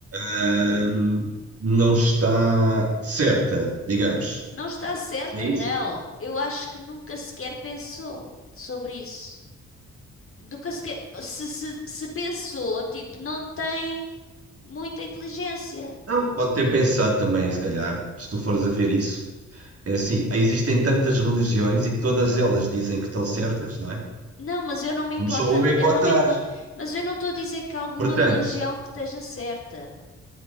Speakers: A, on the right; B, on the left.
A: hum, não está certa, digamos.
B: Não está certa,
A: É isso?
B: não. Eu acho que nunca sequer pensou sobre isso. Nunca sequer. Se, se, se pensou, tipo, não tem muita inteligência.
A: Não, pode ter pensado também, se calhar, se tu fores a ver isso. É assim, existem tantas religiões e todas elas dizem que estão certas, não é?
B: Não, mas eu não me importa.
A: Mas só uma é que
B: Eu
A: pode
B: não me
A: estar.
B: importa. Mas eu não estou a dizer que há alguma
A: Portanto,
B: religião que esteja certa.